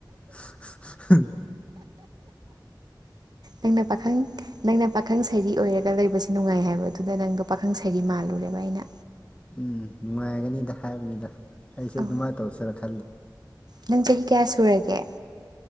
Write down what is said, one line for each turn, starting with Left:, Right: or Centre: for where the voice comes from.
Left: <unintelligible>
Right: ꯑꯪꯅ ꯄꯥꯈꯪ ꯅꯪꯅ ꯄꯥꯈꯪ ꯁꯩꯔꯤ ꯑꯣꯏꯔꯒ ꯂꯩꯕꯁꯤ ꯅꯨꯡꯉꯥꯏ ꯍꯥꯏꯕ ꯑꯗꯨꯗ ꯅꯪꯗꯣ ꯄꯥꯈꯪ ꯁꯩꯔꯤ ꯃꯥꯜꯂꯨꯔꯦꯕ ꯑꯩꯅ
Left: ꯎꯝ ꯅꯨꯡꯉꯥꯏꯒꯅꯤꯗ ꯍꯥꯏꯕꯅꯤꯗ ꯑꯩꯁꯦ
Right: ꯑꯣ
Left: ꯑꯗꯨꯃꯥꯏꯅ ꯇꯧꯁꯦꯔ ꯈꯪ
Right: ꯅꯪ ꯆꯍꯤ ꯀꯌꯥ ꯁꯨꯔꯒꯦ